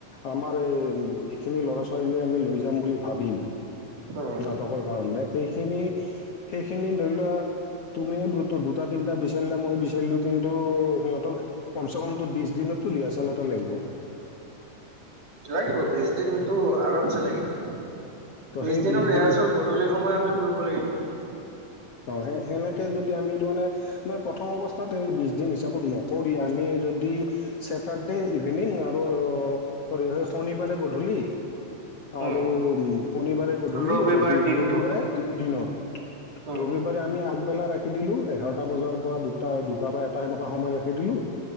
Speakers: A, on the left; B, on the right.
A: আমাৰ এই যিখিনি ল'ৰা ছোৱালী আমি লৈ যাম বুলি ভাবিম,
B: উম
A: নাটকৰ কাৰণ সেইখিনি সেইখিনি ধৰি লোৱা তুমিও দু দুটা তিনিটা বিচাৰিলা মই বিচাৰিলো কিন্তু সিহঁতক কমচে কমটো বিশ দিনতো ৰিহাৰ্চেল এটা লাগিব।
B: লাগিব বিশ দিনটো আৰামছে লাগিব
A: ত'
B: বি
A: সেই
B: দিনৰ
A: বিশ
B: ৰিহাৰ্চল
A: দিন
B: গধূলি সময় আমি কৰিব লাগিব।
A: অ, সেই সেনেকে যদি আমি তাৰানে নাই প্ৰথম অৱস্থাত এই বিশছ দিন হিচাপত নকৰি আমি যদি চছেটাৰডে ইভিনিং আৰু চৰি হয় শনিবাৰে গধূলি আৰু
B: উম
A: শনিবাৰে গধূলি
B: ৰবিবাৰ
A: ৰবি
B: দিনটো
A: ৰবিবাৰে দিনত।
B: উম
A: ৰবিবাৰে আমি আগবেলা ৰাখি দিলো এঘাৰটা বজাৰ পৰা দুটা দুটা বা এটা সেনেকুৱা সময় ৰাখি দিলো,